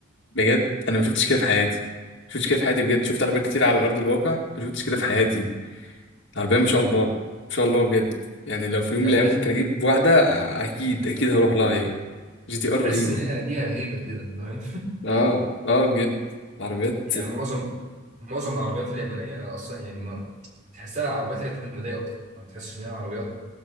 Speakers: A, on the left; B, on the right.
A: بجد انا ما شفتش كده في حياتي ما شفتش كده في حياتي بجد شفت عربيات كتير على ارض الواقع ما شفتش كده في حياتي العربيه ما شاء الله ما شاء الله بجد يعني لو في يوم
B: هي
A: من الايام
B: بجد
A: ممكن اجيب واحده اكيد اكيد هروح لها هي جي تي
B: تحس
A: ار رهيبه
B: ان هي ليها هيبه كده فاهم
A: اه اه بجد العربيات
B: <laughs> يعني معظم معظم العربيات اليابانيه اصلا يعني ما تحسها عربيات اعتماديه اكتر ما تحسش ان هي عربيات